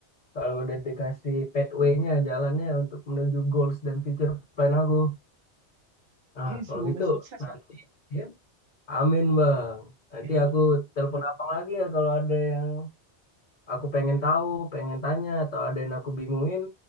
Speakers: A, on the left (about 40°); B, on the right (about 65°).
A: Kalau udah dikasih pathway-nya, jalannya untuk menuju goals dan future plan aku. Nah
B: eh, semoga
A: kalau gitu
B: sukses,
A: nanti,
B: Pak.
A: ya, amin bang. Nanti
B: <laughs>
A: aku telepon abang lagi ya kalau ada yang aku pengen tahu, pengen tanya atau ada yang aku bingungin,